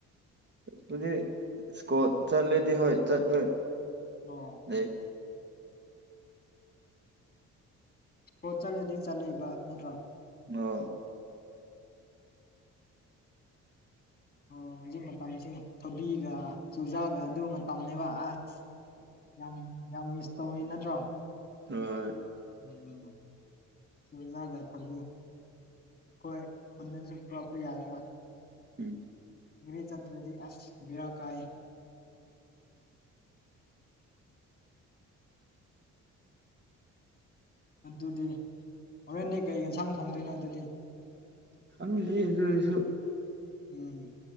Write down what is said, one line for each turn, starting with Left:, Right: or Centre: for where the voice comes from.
Right: ꯗꯨꯗꯤ ꯁꯀꯣꯠ ꯆꯠꯂꯗꯤ ꯍꯣꯏ ꯆꯠꯄ
Left: ꯑꯣ꯫
Right: <unintelligible>
Left: ꯑꯣ ꯆꯠꯂꯗꯤ ꯆꯠꯂꯦꯕ ꯅꯠꯇ꯭ꯔꯣ꯫
Right: ꯍꯣ꯫
Left: ꯑꯣ ꯍꯧꯖꯤꯛ ꯃꯇꯝꯁꯦ ꯊꯕꯤꯒ ꯆꯨꯖꯥꯛꯒ ꯑꯗꯨ ꯃꯇꯝꯅꯦꯕ ꯑ ꯌꯥꯝ ꯌꯥꯝ ꯃꯤꯁ ꯇꯧꯋꯦ ꯅꯠꯇ꯭ꯔꯣ꯫
Right: <unintelligible>
Left: ꯎꯝ ꯆꯨꯖꯥꯛꯒ ꯊꯕꯤ ꯈꯣꯏ ꯈꯨꯟꯗꯁꯨ ꯄꯨꯔꯛꯄ ꯌꯥꯏꯌꯦꯕ
Right: ꯎꯝ
Left: ꯒꯔꯤ ꯆꯇ꯭ꯔꯗꯤ ꯑꯁ ꯕꯦꯔꯥ ꯀꯥꯏꯌꯦ ꯑꯗꯨꯗꯤ ꯍꯣꯔꯦꯟꯅꯦ ꯀꯩ ꯌꯦꯟꯁꯥꯡ ꯊꯣꯡꯗꯣꯏꯅꯣ ꯑꯗꯨꯗꯤ
Right: ꯈꯪꯗ꯭ꯔꯤ ꯑꯗꯨ ꯑꯣꯏꯔꯁꯨ
Left: ꯎꯝ꯫